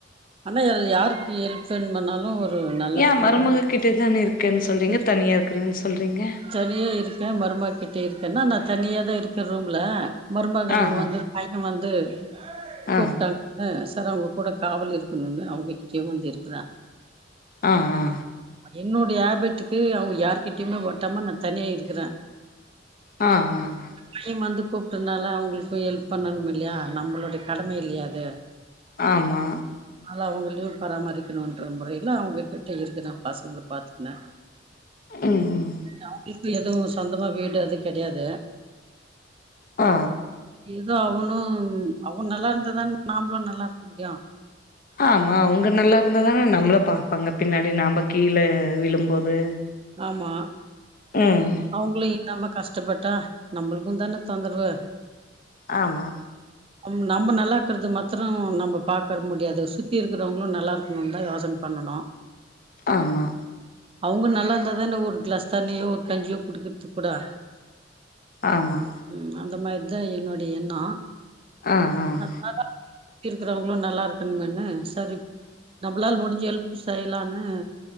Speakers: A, on the right; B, on the left.
A: அனா அது யாருக்கு ஹெல்ப் வேண்மனாலு ஒரு நல்லதுக்காக
B: ஏ மருமககிட்டதான இருக்கன் சொல்றீங்க
A: இரு
B: தனியா இருக்குறன் சொல்றீங்க
A: தனியா இருக்கே மருமக கிட்ட இருக்கேன்னா நா தனியா தா இருக்கே ரூம்ல மருமகளுங்க
B: ஆ
A: வந்து
B: ஆ
A: பையனு வந்து கூப்ட்டாங்க
B: ஆ
A: செரி அவங்க கூட காவல் இருக் குன்னு அவங்ககிட்டயே வந்து இருக்குற
B: ஆ ஆ
A: ஆமா என்னோடைய ஹேபிட்டுக்கு அவங்க யார்கிட்டயுமே ஒட்டமா நா தனியா இருக்குற
B: ஆ ஆ
A: பைய வந்து கூப்ட்டதுனால அவுங்ளுக்கு ஹெல்ப் பண்ணணும் இல்லையா நம்மளோட கடமை இல்லையா அது
B: ஆமா
A: நல்லா அவங்களயு பராமரிக்கணுன்ற முறைல அவங்ககிட்ட இருக்குற பசங்கள பாத்துக்ன
B: ம் ம்
A: அவுங்ளுக்கு எது சொந்தமா வீடு எது கெடையாது
B: ஆ
A: ஏதோ அவனு அவ நல்லா இருந்தா தானே நாம்ளு நல்லா இருக்க முடியு
B: ஆமா அவங்க நல்லா இருந்த தானே நம்ள பாப்பாங்க பின்னாடி நம்ப கீழ விழும்போது
A: ஆமா
B: ம்
A: அவுங்ளு இல்லாம கஷ்டப்பட்டா நம்மளுக்கு தான தொந்தரவு
B: ஆமா
A: ம் நம்ம நல்லா இருக்கிறது மாத்ரூ நம்ம பாக்ற முடியாது சுத்தி இருக்கிறவுங்ளு நல்லா இருக்குன் தா யோசன பண்ணணு
B: ஆமா
A: அவங்க நல்லா இருந்தாதான ஒரு கிளாஸ் தண்ணியோ ஒரு கஞ்சியோ குடிக்கிறது கூடா
B: ஆமா
A: ம் அந்த மாரிதா என்னோடைய எண்ணோ
B: அ அ
A: அதனா <inaudible> சுத்தி இருக்கறவங்களு நல்லா இருக்குன்னு எண்ண சரி நம்பளால முடிஞ்ச ஹெல்ப் செய்யலான்னு